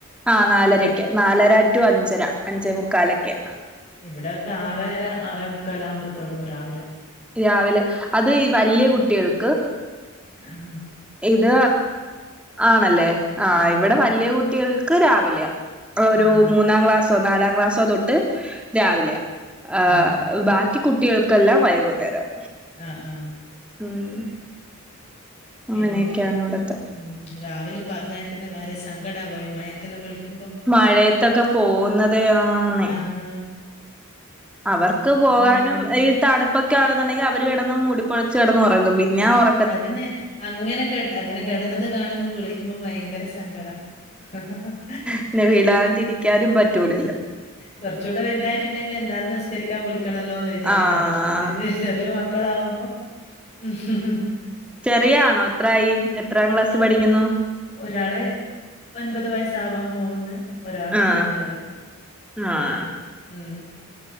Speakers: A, in the centre; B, on the left (about 30°).
A: ആഹ് നാലരക്ക്‌ നാലര റ്റു അഞ്ചര അഞ്ച മുക്കാലൊക്കെ.
B: ഇവ്ടെഒക്കെ ആറെര ആറെ മുക്കാല ആവ്മ്പ തൊടങ്ങും രാവിലെ
A: രാവിലെ അത് വല്യ കുട്ടികൾക്ക്
B: ആഹ് ആഹ്
A: ഇത് ആണല്ലേ ആഹ്
B: ഉം.
A: ഇവ്ടെ വല്യ കുട്ടികൾക്ക് രാവിലെയാ. ഒരു
B: ആഹ്.
A: മൂന്നാം ക്ലാസ്സോ നാലാം ക്ലാസ്സോ തൊട്ട് രാവിലെയാ ആ
B: ആഹ്.
A: ബാക് ക്കി കുട്ടികൾക്കെല്ലാം വൈകുന്നേരം.
B: ആഹ് ആഹ്
A: ഉം
B: പിന്നെ
A: അങ്ങനെയൊക്കെയാണ് ഇവിടത്തെ
B: ഉം രാവിലെ പറഞ്ഞയ്ക്കുന്ന കാര്യ സങ്കടാവാ മയത്തല്ലാം വിളിക്ക്
A: മഴയത്തൊക്കെ പോവ്ന്നതെ ആന്നെ.
B: ഉം
A: അവർക്ക് പോവാനും
B: പറയും
A: ഈ തണുപ്പൊക്കെ ആണെന്ന്ണ്ടെങ്കി അവര് കെടന്ന് മൂടിപ്പൊതച്ച് കെടന്ന് ഒറങ്ങും പിന്നെ ആ ഒറ
B: അതന്നെ അങ്ങനെ കെട അങ്ങനെ കെടന്നത് കാണുമ്പ വ്ളിക്ക്മ്പ ഭയങ്കര സങ്കടാ <unintelligible>
A: പിന്നെ വിടാണ്ടിരിക്കാനും പറ്റൂലല്ലോ
B: കൊറച്ച് കൂടെ വല്തായിട്ട്ണ്ടങ്കി എന്താലും നിസ്കരിക്കാൻ വിളിക്കണല്ലോന്ന് വിചാരിക്കാ
A: ആ
B: പഷേങ്കില് ഇദ് ചെറിയ മക്കളാവ്മ്പോ <unintelligible>
A: ചെറിയാണോ എത്രായി എത്രാം ക്ലാസ്സി പഠിക്കുന്നു?
B: ഒരാള് ഒൻപത് വയസ്സാവാൻ പോക്ന്ന് ഒരാൾക്ക്
A: ആഹ്
B: നല് വയസ്
A: ആഹ്
B: ഉം